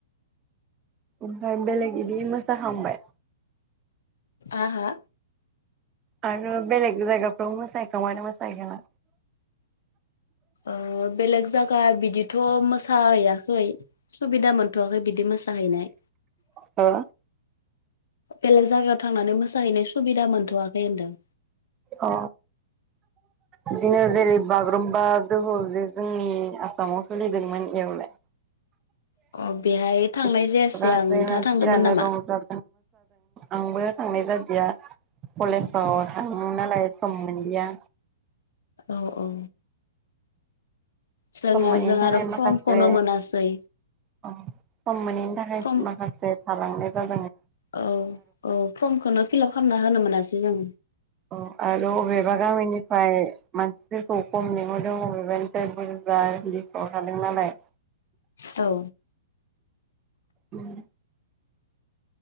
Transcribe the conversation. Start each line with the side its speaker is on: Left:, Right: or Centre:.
Right: ओमफ्राय बेलेग बिदि मोसाखांबाय?
Left: आ हा?
Right: आरो बेलेग जायगाफ्राव मोसाहैखांबाय ना मोसाहैखाङा?
Left: ओ बेलेग जागा बिदिथ' मोसाहैयाखै। सुबिदा मोनथ'वाखै बिदि मोसाहैनाय
Right: हो
Left: बेलेग जायगायाव थांनानै मोसाहैनाय सुबिदा मोनथ'आखै होनदों
Right: अ बिदिनो जेरै बागुरुम्बा दोहौ जे जोंनि आसामाव सोलिदोंमोन एयावलाय
Left: अ बेहाय
Right: <unintelligible>
Left: थांनाय जायासै
Right: मोसादों
Left: आं नोंथाङा थांदोंमोन नामा
Right: आंबो थांनाय जादिया कलेजाव थाङो नालाय मोनदिया
Left: औ औ जोङो
Right: खम मोननिनि
Left: जों
Right: थाखाय
Left: आरो फर्मखौनो
Right: माखासे
Left: मोनासै
Right: औ सम मोनैनि थाखाय
Left: फर्म
Right: माखासे थालांनाय जाबाय
Left: औ औ फर्मखौनो फिलप खालामना होनो मोनासै जों।
Right: औ आरो' अबेबा गामिनिफ्राय मानसिफोरखौ खम लिंहरदों अबेबानिट बा हदिफ्राव थादों नालाय
Left: औ
Right: उम